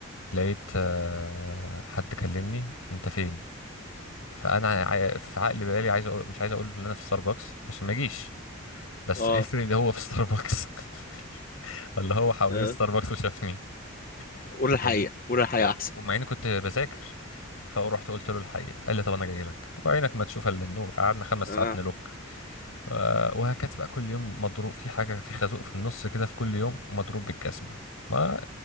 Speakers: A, on the left; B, on the left.
A: لقيت آه، حد كلمني انت فين فانا عا- في عقل بالي عايز أقول مش عايز اقول ان انا في ستاربكس عشان ما اجيش بس
B: اه
A: افرض هو في ستاربكس <laughs> ولا هو حوالين
B: آه،
A: ستاربكس وشافني
B: قول
A: ف...
B: الحقيقة قول الحقيقة احسن
A: ومع اني كنت بذاكر فرحت قلت له الحقيقه قال لي طب انا جاي لك وعينك ما تشوف الا النور قعدنا خمس
B: انا
A: ساعات نلوك آه، وهكذا بقى كل يوم مضروب في حاجه في خازوق في النص كده في كل يوم مضروب بالجزمه ما